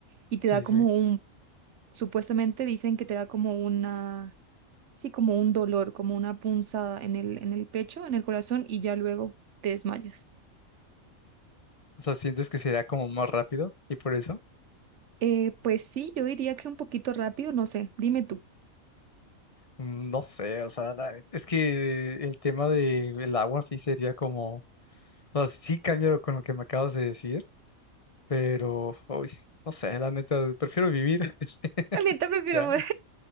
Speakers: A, on the right; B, on the left.
A: y te
B: Sí,
A: da como
B: sí.
A: un, supuestamente dicen que te da como una, sí, como un dolor, como una punzada en el, en el pecho, en el corazón y ya luego te desmayas.
B: O sea, ¿sientes que sería como más rápido y por eso?
A: Eh, pues sí, yo diría que un poquito rápido, no sé, dime tú.
B: Mm, No sé, o sea, la- es que el tema del agua sí sería como, o sea, sí cambio con lo que me acabas de decir, pero, uy, no sé, la neta, prefiero vivir, <laughs>
A: <laughs> La neta prefiero
B: ya,
A: morir.